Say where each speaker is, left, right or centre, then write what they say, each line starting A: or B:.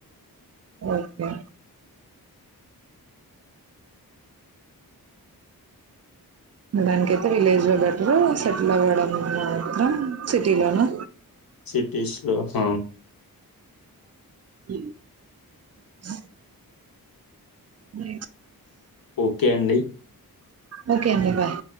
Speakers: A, on the right (about 45°); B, on the left (about 70°).
A: ఓకే ఉండడానికైతే విలేజ్ లో బెటరు సెటిల్ అవ్వడం మాత్రం సిటీ లోనొ
B: సిటిస్ లొ హ
A: ఉచ్ అ
B: ఓకే అండి
A: ఓకే అండి బాయ్